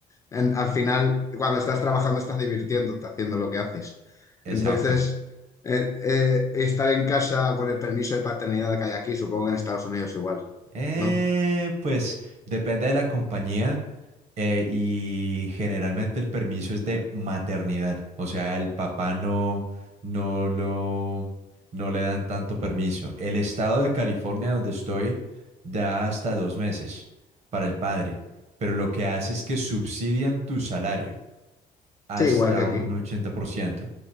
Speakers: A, on the left (about 20°); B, on the right (about 45°).
A: en- al final cuando estás trabajando estás divirtiéndote haciendo lo que haces.
B: exacto.
A: Entonces, eh, eh, estar en casa con el permiso de paternidad que hay aquí, supongo que en Estados Unidos igual,
B: Eh,
A: ¿no?
B: pues depende de la compañía eh, y generalmente el permiso es de maternidad, o sea, el papá no, no lo, no le dan tanto permiso. El estado de California donde estoy da hasta dos meses para el padre, pero lo que hace es que subsidian tu salario hasta
A: Sí, igual que aquí.
B: un 80%.